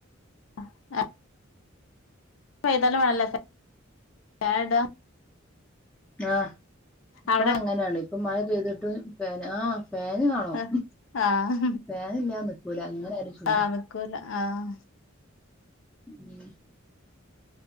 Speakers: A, on the left (about 70°); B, in the centre.
A: <unintelligible> <unintelligible>
B: ആഹ് ഇപ്പൊ
A: അവിടെ
B: അങ്ങനെയാണ് ഇപ്പൊ മഴ പെയ്തിട്ട് പേന ആ ഫാൻ കാണും
A: ആഹ് ആഹ്
B: ഫാനല്ലാതെ നിക്കൂല എങ്ങനെ ആയാലും ചൂടാ
A: ആഹ് നിക്കൂല ആഹ്
B: ഉം